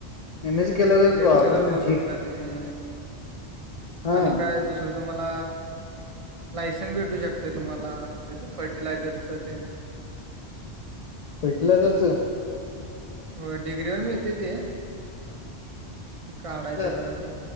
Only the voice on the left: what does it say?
एम एच केलं
ठीक.
हा
भेटलं तरच
तर